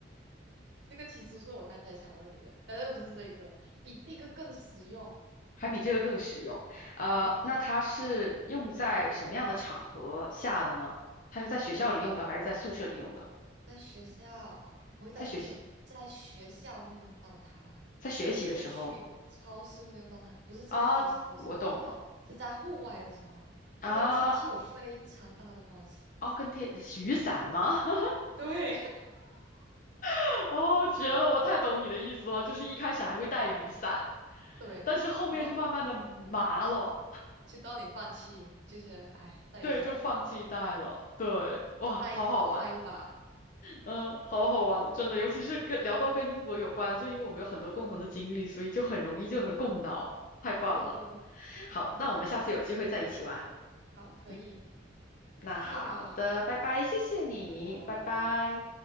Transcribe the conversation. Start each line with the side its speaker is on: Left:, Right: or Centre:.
Right: 这个其实是我刚才想问你的，但是不是这个，比这个更实用，
Left: 还比这个更实用。呃，
Right: 嗯，
Left: 那它是用在什么样的场合下的呢？它是在学校里用的，
Right: 对，我会
Left: 还是在宿舍里用的？
Right: 在学校，哦，不会在宿舍里，
Left: 在学习，
Right: 在学校会用到它，
Left: 在学习的时候
Right: 或者你去超市会用到它，不是在学习的时候，
Left: 啊，我懂了
Right: 是在户外的时候，它跟天气有非常大的关系，
Left: 啊，哦，
Right: <laughs>
Left: 跟天雨伞吗？<laughs>
Right: 对，
Left: <laughs> 哦，绝了！我太懂你的意思了，就是一开始还会带雨伞，
Right: 对。
Left: 但是后面就慢慢的麻了，
Right: 然后就当你放弃，你就觉得哎，带雨伞来干嘛？
Left: 对，就放弃带了。对，哇，好好玩，
Right: 带一把坏一把。
Left: 嗯，好好玩，真的，尤其是跟聊到跟英国有关，就因为我们有很多共同的经历，所以就很容易就能共脑，太棒了。
Right: 对对，
Left: 好，
Right: 好，
Left: 那我们下次有机会再一起玩。
Right: 好，可以，
Left: 嗯，那好的，
Right: 谢谢你，
Left: 拜拜，谢谢你，
Right: 拜拜。
Left: 拜拜。